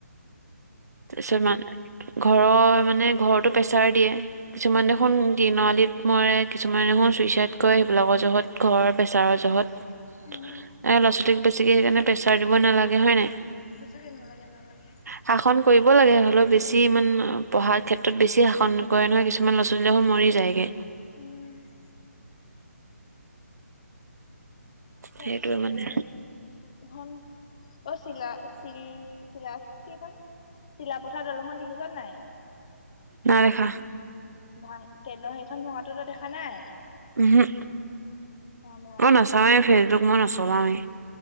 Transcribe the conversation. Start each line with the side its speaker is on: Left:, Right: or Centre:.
Right: তাৰপিছত মানে ঘৰৰ মানে ঘৰতো প্ৰেছাৰ দিয়ে, কিছুমান দেখোন
Left: উম
Right: দিনআলী মৰে কিছুমা নহয় চুইচাইড কৰে সেইবিলাকৰ জহত ঘৰ প্ৰেছাৰৰ জহত এ
Left: উম
Right: ল'ৰা ছোৱালীক বেছিকে সেইকাৰণে প্ৰেছাৰ দিব নালাগে হয় নাই?
Left: হচাকে নালাগে নালাগে।
Right: শাসন কৰিব লাগে হ'লেও বেছি ইমান পঢ়াৰ ক্ষেত্ৰত বেছি শাসন কৰে নহয় কিছুমান ল'ৰা ছোৱালী দেখোন মৰি যায়গে।
Left: উ <inaudible> তাৰপিছতে
Right: সেইটোৱে মানে
Left: ধন অ চিলা চিল চিলা কিখন চিলাপথাৰ দলংখন দেখিছ নাই?
Right: নাইদেখা।
Left: ভাং তেনে সেইখন ভাঙাটোতো দেখা নাই?
Right: উহম্
Left: ৰাম ৰাম
Right: মই নচাওঁৱে‌ মই ফেচবুক মই নচলাৱেই।